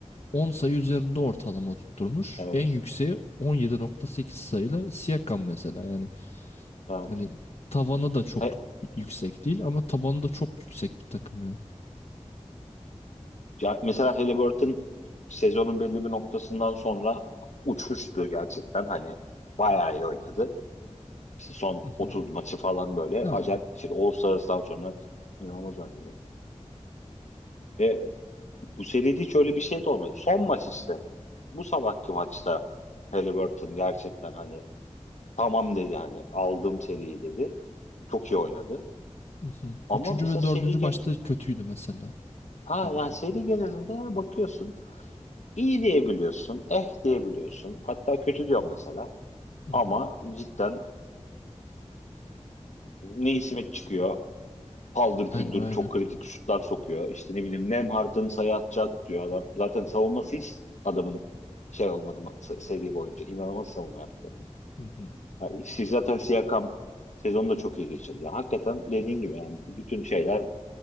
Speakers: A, on the left; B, on the left.
A: 10 sayı üzerinde ortalama tutturmuş.
B: Evet.
A: En yükseği 17.8 sayıyla Siakam mesela yani.
B: evet.
A: Yani tavanı da çok
B: He-
A: yüksek değil ama tabanı da çok yüksek bir takım yani.
B: ya mesela Halliburton sezonun belli bir noktasından sonra uçmuştu gerçekten. Hani bayağı iyi oynadı. İşte son
A: Hı
B: 30
A: hı.
B: maçı falan böyle
A: Aynen.
B: acayip geçirdi. All-Stars'tan sonra inanılmaz oynadı. Ve bu seride hiç öyle bir şey de olmadı. Son maç işte. Bu sabahki maçta Halliburton gerçekten hani tamam dedi hani aldım seriyi dedi. Çok iyi oynadı.
A: Hı hı.
B: Ama
A: Üçüncü
B: mesela
A: ve dördüncü
B: seri
A: maçta
B: gen
A: kötüydü mesela.
B: ha
A: Yani
B: yani
A: böyle.
B: seri genelinde bakıyorsun iyi diyebiliyorsun, eh diyebiliyorsun. Hatta kötü diyorum mesela.
A: Hı
B: Ama
A: hı.
B: cidden Neesmith çıkıyor. paldır küldür
A: Aynen aynen.
B: çok kritik şutlar sokuyor. İşte ne bileyim Nemhart'ın sayı atacak diyor adam. Zaten savunması hiç adamın şey olmadı ma- se- seri boyunca. İnanılmaz savunma yaptı.
A: Hı hı.
B: Yani siz zaten Siakam sezonu da çok iyi geçirdi. Yani hakikaten dediğin gibi yani bütün şeyler